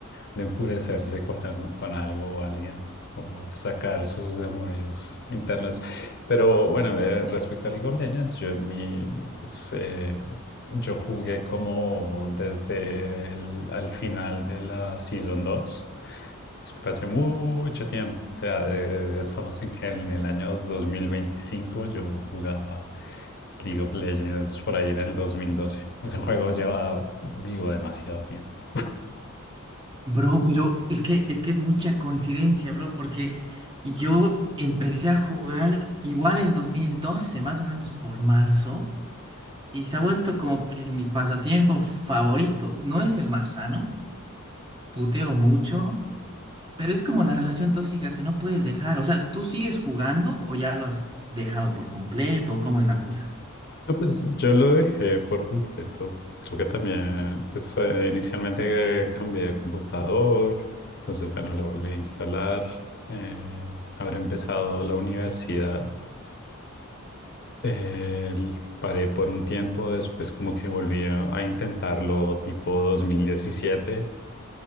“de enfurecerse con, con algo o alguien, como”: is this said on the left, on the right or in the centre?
Left